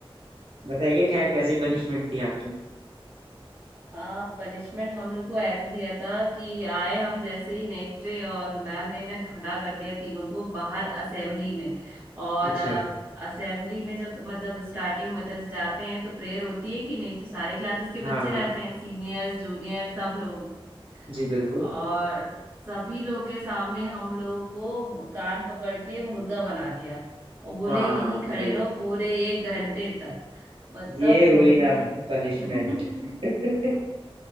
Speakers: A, on the right (about 70°); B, on the right (about 20°).
A: बताइए खैर कैसी पनिशमेंट थी आपकी
B: हाँ पनिशमेंट हम लोग को ऐसा दिया था कि आए हम जैसे ही नेक्स्ट डे और मैम ने ना खड़ा कर दिया तीनों को बाहर असेंबली में और
A: अच्छा
B: असेंबली में जब मतलब स्टार्टिंग मतलब जाते हैं तो प्रेयर होती है कि नहीं तो सारे क्लासेस के
A: हाँ
B: बच्चे
A: हाँ
B: रहते हैं सीनियर्स जूनियर सब लोग
A: जी बिल्कुल
B: और सभी लोग के सामने हम लोग को कान पकड़ के मुर्गा बना दिया वो बोले
A: बाप
B: यहीं खड़े
A: रे
B: रहो पूरे एक घंटे तक मतलब
A: ये हुई
B: हम लोग
A: ना पनिशमेंट
B: <laughs>
A: <laughs>